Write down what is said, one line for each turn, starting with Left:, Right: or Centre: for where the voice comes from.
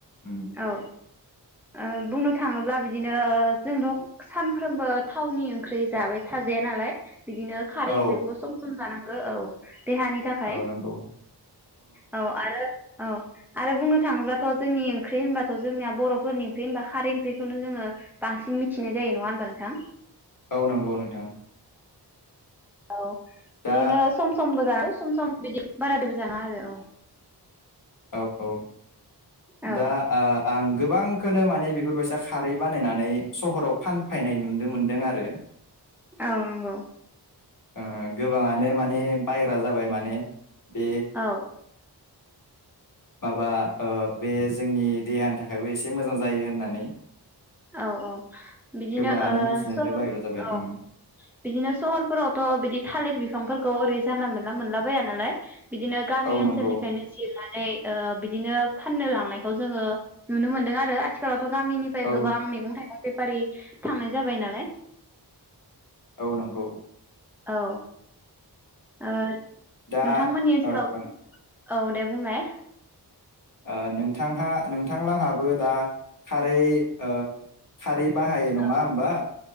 Left: उम
Centre: औ ओ बुंनो थाङोब्ला बिदिनो जोंथ' सानफ्रोमबो थावनि ओंख्रि जाबाय थाजाया नालाय। बिदिनो खारै
Left: औ
Centre: ओंख्रिबो सम सम जानांगौ। ओ औ देहानि थाखाय
Left: औ नंगौ
Centre: औ आरो औ आरो बुंनो थाङोब्लाथ' जोंनि ओं ओंख्रि होनबाथ' जोंनिया बर'फोरनि ओंख्रि होनबा खारै ओंख्रिखौनो जोङो बांसिन मिथिनाय जायो नङा होनबा नोंथां?
Left: औ नंगौ नोंथां
Centre: औ
Left: दा
Centre: बिदिनो सम सम बो जानांंगौ सम सम बिदि बारादबो जानां आरो औ
Left: औ औ
Centre: औ
Left: दा आ आं गोबांखौनो माने बेफोरबायसा खारै बानायनानै सहराव फानफैनाय नुनो मोनदों आरो
Centre: औ नंगौ
Left: ओ गोबाङानो माने बायग्रा जाबाय माने बे
Centre: औ
Left: माबा ओ बे जोंनि देहानि थाखायबो एसे मोजां जायो होननानै
Centre: औ औ बिदिनो
Left: गोबाङानो
Centre: ओ
Left: मिथिनायनिफ्राय
Centre: स' औ
Left: बायग्रा जाबाय उम
Centre: बिदिनो सहरफोरावथ' बिदि थालिर बिफांफोरखौ ओरै जानला मोन ला मोनलाबाया नालाय बिदिनो गामि
Left: औ
Centre: ओनसोलनिफ्रायनो
Left: नंगौ
Centre: जिरना नै ओ बिदिनो फाननो लांनायखौ जोंङो नुनो मोनदों आरो आथिखालावथ' गामिनिफ्राय
Left: औ
Centre: गोबां मेगं थाइगं बेफारि थांनाय जाबाय नालाय
Left: औ नंगौ
Centre: औ ओ
Left: दा
Centre: नोंथांमोननि ओनसोलाव
Left: ओ
Centre: औ दे बुंनाय
Left: ओ नोंथांहा नों बिथांलाहाबो दा खारै ओ खारै बाहायो नंङा
Centre: औ
Left: होमबा